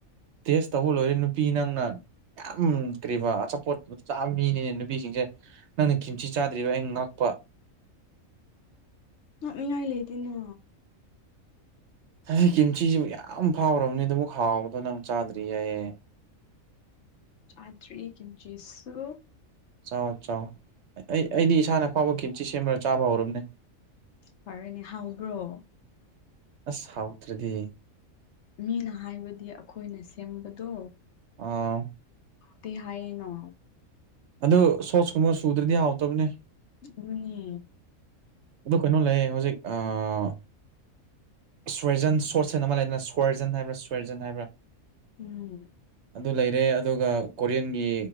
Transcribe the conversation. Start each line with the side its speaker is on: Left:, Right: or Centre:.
Right: ꯇꯦꯁ ꯇꯧꯕ ꯂꯣꯏꯔꯦ ꯅꯨꯄꯤ ꯅꯪꯅ ꯌꯥꯝ ꯀꯔꯤꯕꯥ ꯑꯆꯥꯄꯣꯠ ꯆꯥꯕ ꯃꯤꯅꯤꯅꯦ ꯅꯨꯄꯤꯁꯤꯡꯖꯦ꯫ ꯅꯪꯅ ꯀꯤꯝꯁꯤ ꯆꯥꯗ꯭ꯔꯤꯕ ꯑꯩꯅ ꯉꯥꯛꯄ꯫
Left: ꯉꯛꯅꯤꯡꯉꯥꯏ ꯂꯩꯇꯦꯅꯥ꯫
Right: ꯍꯩ ꯀꯤꯝꯆꯤꯖꯦ ꯃꯌꯥꯝ ꯐꯥꯎꯔꯕꯅꯤ ꯑꯗꯨꯃꯨꯛ ꯍꯥꯎꯕꯗꯣ ꯅꯪ ꯆꯥꯗ꯭ꯔꯤ ꯍꯥꯏꯌꯦ꯫
Left: ꯆꯥꯗ꯭ꯔꯤ ꯀꯝꯆꯤꯁꯨ꯫
Right: ꯆꯥꯎ ꯆꯥꯎ ꯑꯩ ꯑꯩꯗꯤ ꯏꯁꯥꯅ ꯐꯥꯎ ꯀꯤꯝꯆꯤ ꯁꯦꯝꯔꯒ ꯆꯥꯕ ꯍꯧꯔꯕꯅꯦ꯫
Left: ꯐꯔꯦꯅꯦ ꯍꯥꯎꯕ꯭ꯔꯣ꯫
Right: ꯑꯁ ꯍꯥꯎꯇ꯭ꯔꯗꯤ꯫
Left: ꯃꯤꯅ ꯍꯥꯏꯕꯗꯤ ꯑꯩꯈꯣꯏꯅ ꯁꯦꯝꯕꯗꯣ
Right: ꯑꯥ꯫
Left: ꯇꯦ ꯍꯥꯏꯌꯦꯅꯣ꯫
Right: ꯑꯗꯨ ꯁꯣꯁꯀꯨꯝꯕ ꯁꯨꯗ꯭ꯔꯗꯤ ꯍꯥꯎꯇꯕꯅꯦ꯫
Left: ꯑꯗꯨꯅꯤ꯫
Right: ꯑꯗꯨ ꯀꯩꯅꯣ ꯂꯩꯌꯦ ꯍꯧꯖꯤꯛ ꯑꯥ ꯁ꯭ꯋꯔꯖꯟ ꯁꯣꯔꯠꯁ ꯍꯥꯏꯅ ꯑꯃ ꯂꯩꯗꯅ ꯁ꯭ꯋꯔꯖꯟ ꯍꯥꯏꯕꯔꯥ ꯁ꯭ꯋꯦꯔꯖꯟ ꯍꯥꯏꯕ꯭ꯔꯥ꯫
Left: ꯎꯝ꯫
Right: ꯑꯗꯨ ꯂꯩꯔꯦ ꯑꯗꯨꯒ ꯀꯣꯔꯤꯌꯟꯒꯤ